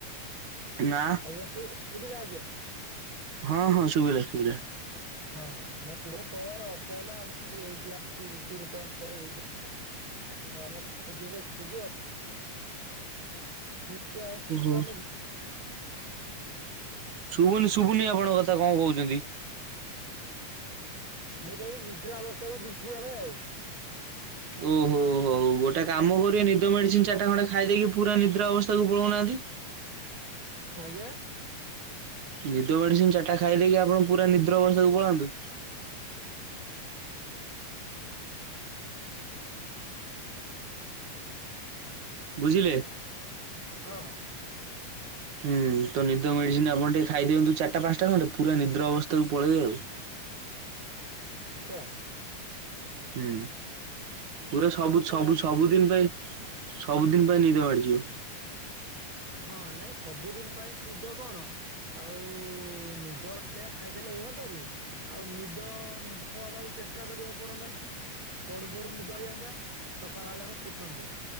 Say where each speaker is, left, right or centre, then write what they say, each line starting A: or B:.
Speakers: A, on the right (about 70°); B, on the right (about 40°).
A: ନା!
B: ଆଜ୍ଞା ସୁ ସୁୁଭିଲା ଆଜ୍ଞା!
A: ହଁ ହଁ ଶୁଭିଲା ଶୁବିଲା!
B: ହଁ ନାଇଁ ମୋ କହିବାର ଅର୍ଥ ହେଲା ଆମର ଟିକେ ହେଇଥିଲା ଆଜି ରୁଟି ବୁଟ ଆଳୁତରକାରି ହେଇଥିଲା! ଆମେ ଖାଇକି ଏବେ ଶୋଇଚୁ ଆଉ! <inaudible>
A: ଓହୋ ଶୁଭୁନି ଶୁଭୁନି ଆପଣଙ୍କ କଥା କଣ କହୁଛନ୍ତି!
B: ମୁଁ କହିଲି ନିଦ୍ରା ଅବସ୍ଥାକୁ ଯିବୁ ଆମେ ଆଉ!
A: ଓହୋ ହୋ ହୋ! ହଉ ଗୋଟେ କାମ କରିବେ ନିଦ ମେଡିସିନ ଚାରିଟା ଖଣ୍ଡେ ଖାଇ ଦେଇେଇକି ପୁରା ନିଦ୍ରା ଅବସ୍ଥାକୁ ପଳଉନାହାନ୍ତି!
B: ଆଜ୍ଞା!
A: ନିଦ ମେଡ଼ିସିନ୍ ଚାରିଟା ଖାଇ ଦେଇକି ଆପଣ ପୁରା ନିଦ୍ର ଅବସ୍ଥାକୁ ପଳାନ୍ତୁ। ବୁଝିଲେ?
B: ହ।
A: ହୁଁ ତ ନିଦ ମେଡ଼ିସିନ୍ ଆପଣ ଟିକେ ଖାଇଦିଅନ୍ତୁ ଚାରିଟା ପାଁଶଟା ଖଣ୍ଡେ ପୁରା ନିଦ୍ର ଅବସ୍ଥାକୁ ପଳେଇ ଆଉ।
B: ଚ୍ଛା।
A: ହୁଁ ପୁରା ସବୁ
B: ଆଉ
A: ସବୁ
B: ଆ-
A: ସବୁଦିନ ପାଇଁ ସବୁଦିନ ପାଇଁ ନିଦ ମାଡ଼ିିଯିବ।
B: ହଁ ନାଇଁ ସବୁଦିନ୍ ପାଇଁ ନିଦ କଣ ଆଉ ନିଦ ବଟିଆ ଖାଇଦେଲେ ହୁଅନ୍ତା ଯେ। ଆଉ ନିଦ ନିଦ ହବାକୁ ଚେଷ୍ଟା କରି ଆଉ ପଡ଼ନ୍ତାନି। ପଡ଼ୁ ପଡ଼ୁ ନିଦ ହେଇଯଆନ୍ତା ସକାଳ ହେଲେ ଆମେ ଉଠନ୍ତେ,